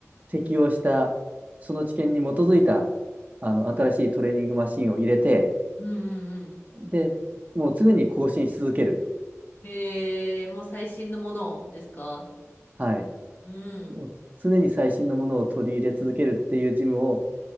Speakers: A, on the right; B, on the left.
A: 適応した、その知見に基づいた、あの、新しいトレーニングマシンを入れて、
B: うんうんうん。
A: で、もう常に更新し続ける。
B: へえ、もう最新のものですか
A: はい。
B: うん。
A: もう常に最新のものを取り入れ続けるっていうジムを、